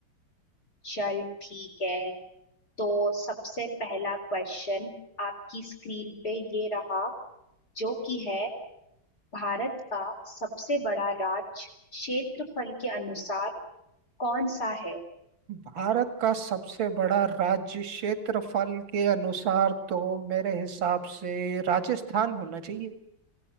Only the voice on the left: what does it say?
चल ठीक है तो सबसे पहला क्वेश्चन आपकी स्क्रीन पे ये रहा जो कि है भारत का सबसे बड़ा राज्य क्षेत्रफल के अनुसार कौन सा है